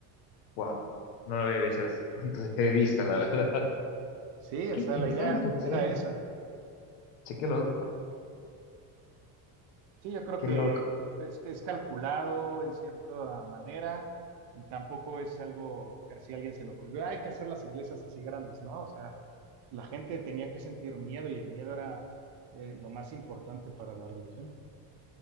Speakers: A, on the left; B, on the right.
A: Wow, no lo había visto desde ese punto de vista, la <laughs> verdad.
B: Sí,
A: Qué
B: o sea,
A: interesante,
B: la idea
A: che.
B: era esa.
A: Che, qué loco,
B: Sí, yo creo
A: qué
B: que
A: loco.
B: es, que es calculado en cierta manera y tampoco es algo que así a alguien se le ocurrió, "Ah, hay que hacer las iglesias así grandes, ¿no? O sea, la gente tenía que sentir miedo y el miedo era eh, lo más importante para la religión.